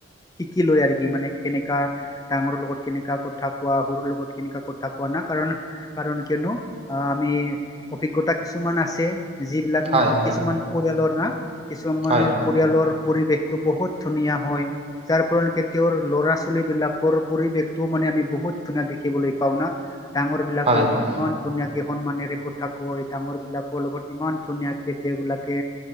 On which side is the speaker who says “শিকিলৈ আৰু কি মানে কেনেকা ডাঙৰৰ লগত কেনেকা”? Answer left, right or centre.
Left